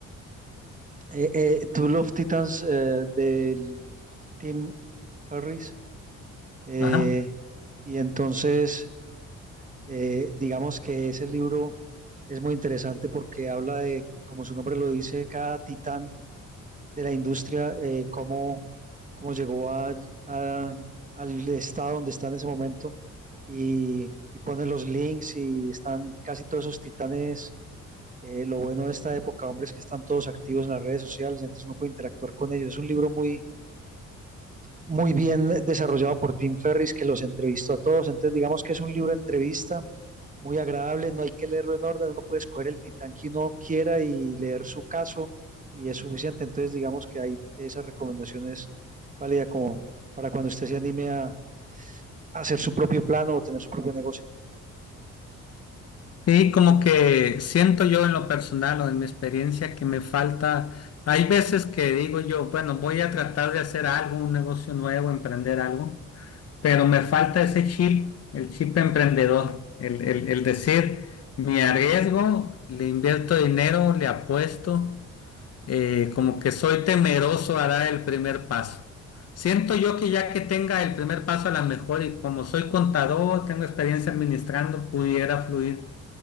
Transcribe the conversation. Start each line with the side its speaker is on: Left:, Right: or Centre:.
Right: eh, eh, Tool of Titans eh, del Tim Ferris. Eh,
Left: Ajá.
Right: y entonces, eh, digamos que ese libro es muy interesante porque habla de, como su nombre lo dice, cada titán de la industria, eh, cómo, cómo llegó a, a- al estado donde está en ese momento y, y pone los links y están casi todos esos titanes. eh, lo bueno de esta época, hombre, es que están todos activos en las redes sociales, entonces uno puede interactuar con ellos. Es un libro muy, muy bien desarrollado por Tim Ferris, que los entrevistó a todos. Entonces, digamos que es un libro de entrevista muy agradable, no hay que leerlo en orden, uno puede escoger el titán que uno quiera y leer su caso y es suficiente. Entonces, digamos que hay esas recomendaciones válidas como para cuando usted se anime a, a hacer su propio plano o tener su propio negocio.
Left: Y como que siento yo en lo personal o en mi experiencia que me falta, hay veces que digo yo, bueno, voy a tratar de hacer algo, un negocio nuevo, emprender algo, pero me falta ese chip, el chip emprendedor, el, el, el decir, me arriesgo, le invierto dinero, le apuesto. eh, como que soy temeroso a dar el primer paso. Siento yo que ya que tenga el primer paso a la mejor y como soy contador, tengo experiencia administrando, pudiera fluir